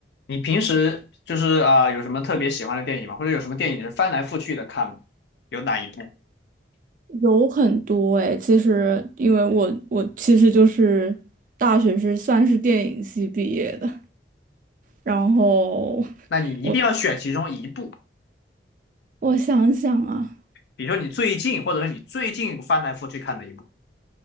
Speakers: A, on the left; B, on the right.
A: 你平时就是啊、呃有什么特别喜欢的电影吗？或者有什么电影是翻来覆去的看吗有哪一部？
B: 有很多哎，其实因为我我其实就是大学是算是电影系毕业的，然后
A: 那你一定要选其中一部，
B: 我我想想啊
A: 比如说你最近，或者说你最近翻来覆去看的一部。